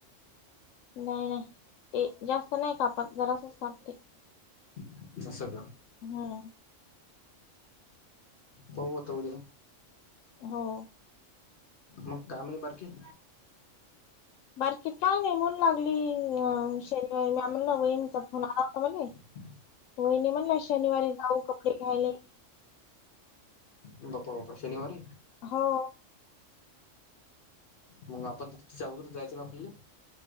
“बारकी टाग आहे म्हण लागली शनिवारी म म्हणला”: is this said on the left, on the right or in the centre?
Left